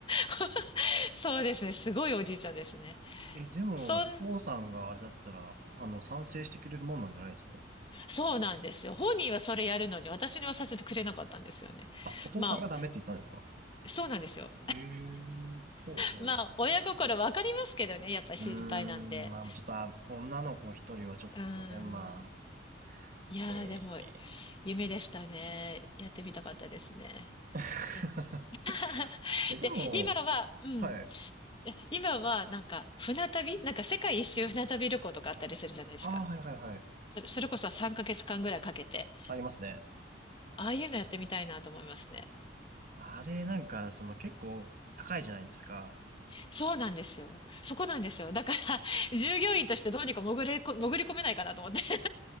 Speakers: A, on the left (about 25°); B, on the right (about 45°).
A: <laughs> そうですね、すごいおじいちゃんですね。
B: え、でも、
A: そん、うん
B: お父さんがあれだったら、あの、賛成してくれるもんなんじゃないですか
A: そうなんですよ。本人はそれやるのに、私にはさせてくれなかったんですよね。
B: あ、お父さんがダメって言ったんですか
A: まあ、そうなんですよ。
B: ええ、ほうほう。
A: まあ、親心わかりますけどね、やっぱり心配なんで。
B: うーん、まあ、ちょっと、あ、女の子一人はちょっとね、
A: うーん。
B: まあ、
A: いやー、
B: へ
A: でも、
B: え。
A: 夢でしたね。やってみたかったですね。
B: <laughs>
A: え <laughs>
B: え、でも、
A: で、今は、うん。
B: はい。
A: 今は、なんか、船旅なんか世界一周船旅旅行とかあったりするじゃないですか。
B: ああ、はいはいはい。
A: それそれこそ3ヶ月間ぐらいかけて、
B: ありますね。
A: ああいうのやってみたいなと思いますね。
B: あれ、なんか、その結構高いじゃないですか。
A: そうなんですよ。そこなんですよ。だから、<laughs> 従業員としてどうにか潜れこ、潜り込めないかなと思って。<laughs>